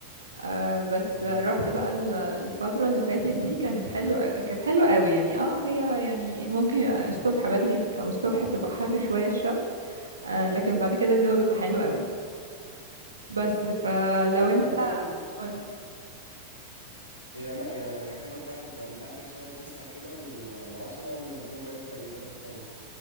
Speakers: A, on the right (about 75°); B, on the left (about 85°).
A: آه بس
B: مم.
A: رحت بقى ال- الفترة اللي فاتت دي كانت حلوة كانت حلوة قوي يعني اه هي يعني ممكن يبقى الصبح بدري او الصبح بتبقى حر شوية الشمس آه لكن بعد كده الجو بيبقى حلو قوي بس فلو انت
B: هي فعلا
A: قولي
B: هي لا هي هي حلوه فعلا بتبقى من اخر شهر تسعة كده ل- وعشرة قبل ما الجو بقى يبدأ يبرد خالص